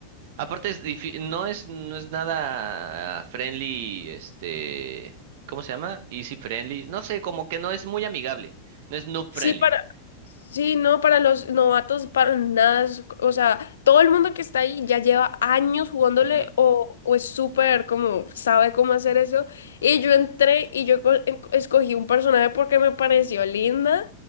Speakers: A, on the right (about 60°); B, on the left (about 80°).
A: Aparte es difí- no es no es nada friendly, este, ¿cómo se llama? Easy friendly, no sé, como que no es muy amigable, no es noob friendly.
B: Sí, para, sí, no, para los novatos, para nada, es- o sea, todo el mundo que está ahí ya lleva años jugándole
A: Ujú.
B: o, o es súper como, sabe cómo hacer eso. Y yo entré y yo co- en- escogí un personaje porque me pareció linda